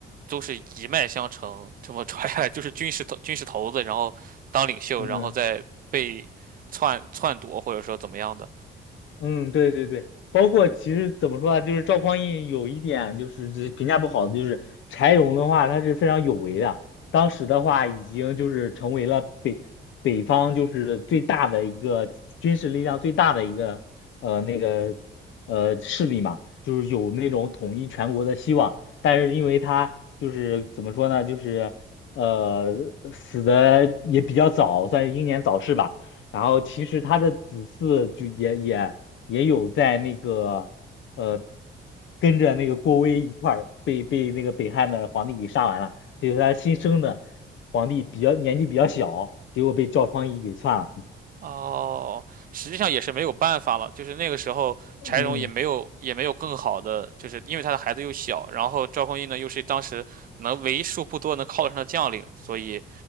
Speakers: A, on the right; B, on the left.
A: 都是一脉相承，这么传下来，就是军事头军事头子，然后当领袖，
B: 嗯，
A: 然后再被篡篡夺，或者说怎么样的。
B: 嗯，对对对，包括其实怎么说呢，就是赵匡胤有一点就是这评价不好的，就是柴荣的话，他是非常有为的。当时的话，已经就是成为了北北方就是最大的一个军事力量最大的一个呃那个呃势力嘛，就是有那种统一全国的希望。但是因为他就是怎么说呢，就是呃死的也比较早，算是英年早逝吧。然后其实他的子嗣就也也。也有在那个呃跟着那个郭威一块儿被被那个北汉的皇帝给杀完了，就是他新生的皇帝比较年纪比较小，结果被赵匡胤给篡了。
A: 哦，实际上也是没有办法了，就是那个时候柴荣也没有也没有更好的，
B: 嗯
A: 就是因为他的孩子又小，然后赵匡胤呢又是当时能为数不多能靠得上的将领，所以